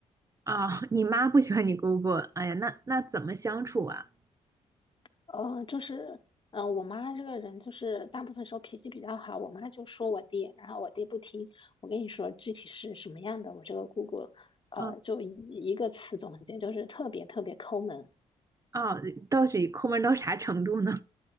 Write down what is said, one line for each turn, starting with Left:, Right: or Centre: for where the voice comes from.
Right: 啊，<laughs> 你妈不喜欢你姑姑。哎呀，那那怎么相处啊？
Left: 呃，就是，呃，我妈这个人就是大部分时候脾气比较好，我妈就说我爹，然后我爹不听，我跟你说具体是什么样的，我这个姑姑，呃，
Right: 嗯
Left: 就一一个词总结，就是特别特别抠门。
Right: 啊，哦，到底抠门到啥程度呢？